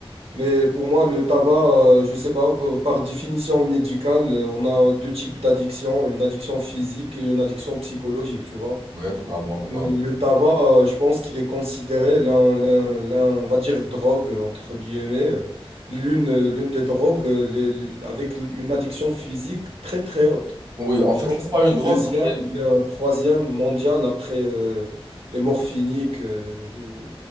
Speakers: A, on the right (about 80°); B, on the right (about 45°).
A: mais pour moi, le tabac, euh, je sais pas, euh, par définition médicale, euh, on a deux types d'addictions, une addiction physique et une addiction psychologique, tu vois.
B: Oui, totalement, totalement.
A: Euh, Le tabac, euh, je pense qu'il est considéré l'un, l'un, l'un, on va dire, drogue, entre guillemets. euh, L'une, l'une des drogues euh, les- les- avec une addiction physique très, très haute.
B: Oui, en
A: Je
B: fait,
A: pense
B: c'est pas une drogue,
A: deuxième
B: mais
A: ou bien troisième mondial après euh, les morphiniques euh, de-